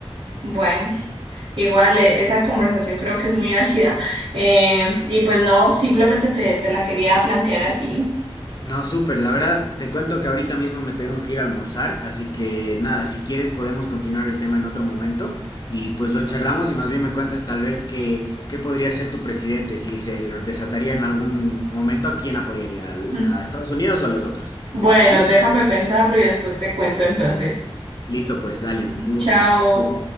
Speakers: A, on the right; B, on the left.
A: Bueno, igual eh, esa conversación creo que es muy álgida. eh, y pues no, simplemente te, te la quería plantear así.
B: No, súper. La verdad, te cuento que ahorita mismo me tengo que ir a almorzar, así que nada, si quieres podemos continuar el tema en otro momento y pues lo charlamos y más bien me cuentas tal vez que, qué podría ser tu presidente, si se desataría en algún momento, ¿a quién apoyaría? ¿Al-
A: <laughs>
B: ¿A Estados Unidos o a los otros?
A: Bueno,
B: ¿Vale?
A: déjame pensarlo y después te cuento entonces.
B: Listo, pues, dale, un
A: Chao.
B: gusto. Ok,